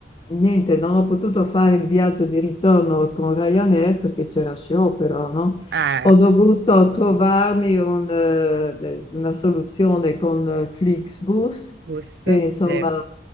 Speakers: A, on the left (about 25°); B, on the right (about 65°).
A: niente, non ho potuto fare il viaggio di ritorno con Ryanair perché c'era sciopero, no?
B: Eh,
A: Ho dovuto trovarmi un, eh, una soluzione con eh, Flixbus,
B: bus,
A: che insomma
B: sì.